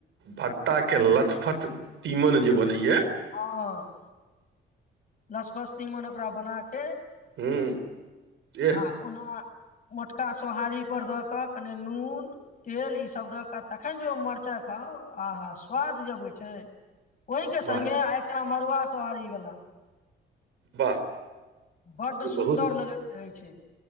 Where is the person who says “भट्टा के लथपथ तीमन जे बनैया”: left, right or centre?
Right